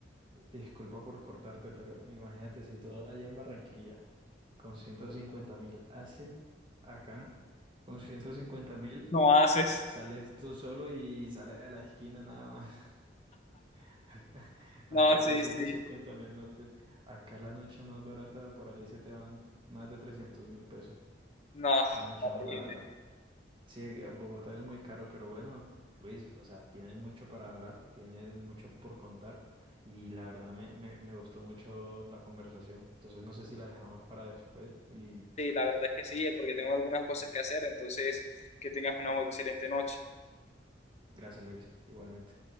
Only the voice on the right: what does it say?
disculpa por cortarte, pero imagínate si todo allá en Barranquilla. Con ciento cincuenta mil haces acá. Con ciento cincuenta mil
sales tú solo y sales de la esquina nada más. <laughs>
Acá acá
con ciento
cincuenta mil no te... Acá la noche más barata, por ahí se te van más de trescientos mil pesos.
La noche
más barata. Sí, eh, Bogotá es muy caro, pero bueno, Luis, o sea, tienes mucho para hablar, tienes mucho por contar y la verdad me, me, me gustó mucho la conversación. Entonces no sé si la dejamos para después y
gracias, Luis, igualmente.